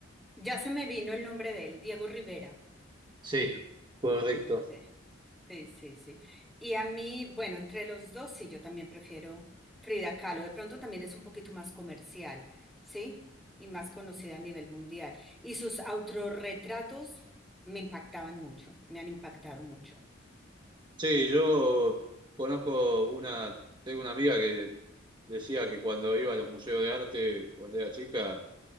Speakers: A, in the centre; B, on the right.
A: Ya se me vino el nombre de él, Diego Rivera.
B: Sí, correcto.
A: Sí, sí, sí, sí. Y a mí, bueno, entre los dos, sí, yo también prefiero Frida Kahlo. De pronto también es un poquito más comercial, ¿sí? Y más conocida a nivel mundial. Y sus autorretratos me impactaban mucho, me han impactado mucho.
B: Sí, yo conozco una, tengo una amiga que decía que cuando iba a los museos de arte, cuando era chica,